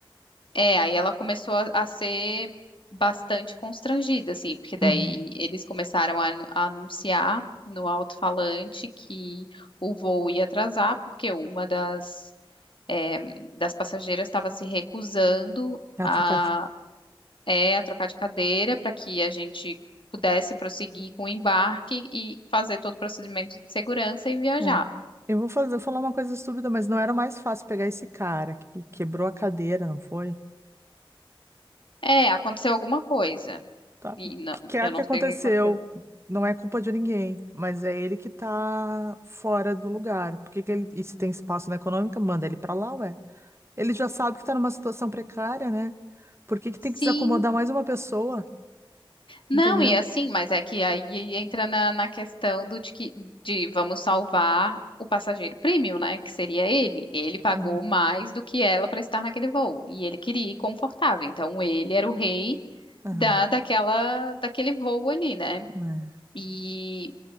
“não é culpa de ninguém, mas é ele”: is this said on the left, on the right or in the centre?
Right